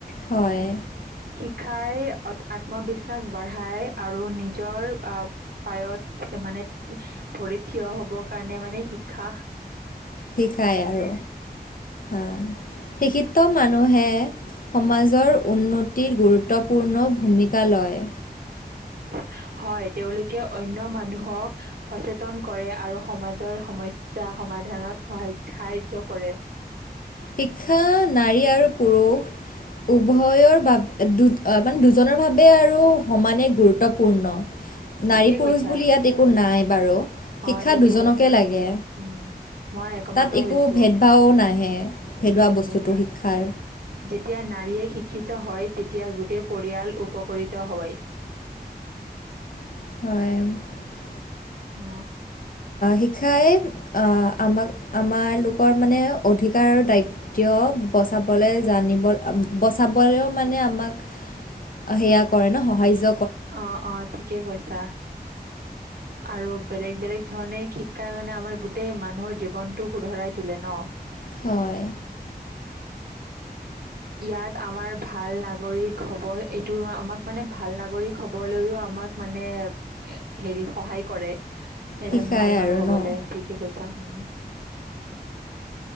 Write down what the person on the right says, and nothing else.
শিকাই অ'ত আত্মবিশ্বাস বঢ়ায়। আৰু নিজৰ আ পায়ত মানে ভৰিত থিয় হ'ব কাৰণে মানে শিক্ষা
<inaudible> হয় তেওঁলোকে অন্য মানুহক সচেতন কৰে আৰু সমাজৰ সমস্যা সমাধানত সহায্য সাহাৰ্য্য কৰে।
ঠিকে
কৈছা,
অ ঠিকেই
কৈছা।
উম মই একমত
হৈছো।
ঠিকে
কৈছা
যেতিয়া নাৰীয়ে শি শিক্ষিত হয় তেতিয়া গোটেই পৰিয়াল উপকৃত হয়।
<unintelligible>
অ' অ' ঠিকে কৈছা। আৰু বেলেগ বেলেগ ধৰণে শিক্ষাই মানে আমাৰ গোটেই মানুহৰ জীৱনটো শুধৰাই তোলে ন'?
ইয়াত আমাৰ ভাল নাগৰিক হ'ব এইটো আমাক মানে ভাল নাগৰিক হবলৈও আৰু আমাক মানে হেৰি সহায় কৰে। এজন
ভাল মানুহ
হ'বলৈ ঠিকে কৈছা উম।